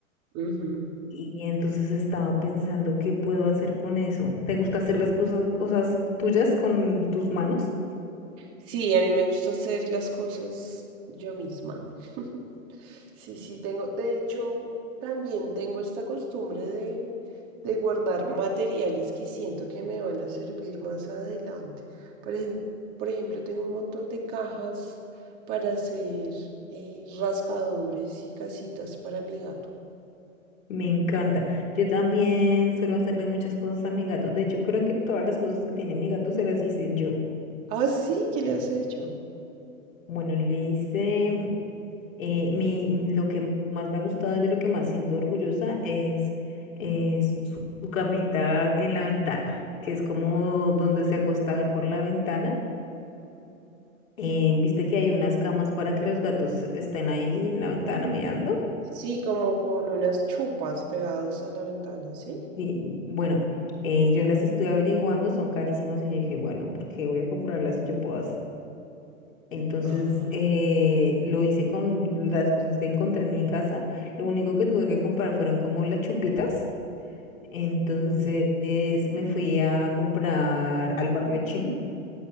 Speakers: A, on the right; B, on the left.
A: Ujú.
B: Y entonces estaba pensando qué puedo hacer con eso. ¿Te gusta hacer las cosas, cosas tuyas con tus manos?
A: Sí, a mí me gusta hacer las cosas yo misma. <laughs> Sí, sí, tengo. De hecho, también tengo esta costumbre de, de guardar materiales que siento que me van a servir más adelante. Por ejemplo, por ejemplo, tengo un montón de cajas para hacer eh, rascadores y casitas para mi gato.
B: Me encanta. Yo también suelo hacerle muchas cosas a mi gato. De hecho, creo que todas las cosas que tiene mi gato se las hice yo.
A: Ah, sí, ¿qué le
B: Mm.
A: has hecho?
B: Bueno, le hice eh, mi, mi- lo que más me ha gustado y de lo que más siento orgullosa es, es su su camita en la ventana, que es como donde se acuesta a ver por la ventana. Eh, ¿viste que hay unas camas para que los gatos estén ahí en la ventana mirando?
A: Sí, como con unas chupas pegadas a la ventana, ¿sí?
B: Y mm, bueno, eh, yo las estuve averiguando, son carísimas y yo dije, bueno, ¿por qué voy a comprarlas si yo puedo hacer? Entonces
A: Ajá.
B: eh, lo hice con las cosas que encontré en mi casa. Lo único que tuve que comprar fueron como las chupitas. Entonces
A: Ujú.
B: me fui a comprar al barrio chino